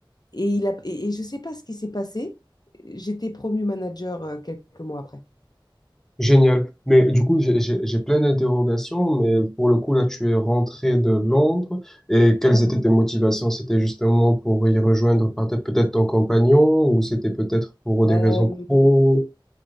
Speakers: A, on the left; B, in the centre.
A: Et, il a... et, et je sais pas ce qui s'est passé. J'étais promue manager euh, quelques mois après.
B: Génial. Mais du coup, j'ai j'ai- j'ai plein d'interrogations, mais pour le coup, là, tu es rentré de Londres et quelles
A: Ouais.
B: étaient tes motivations? C'était justement pour y rejoindre peut-être peut-être ton compagnon ou c'était peut-être pour des
A: Euh,
B: raisons pro?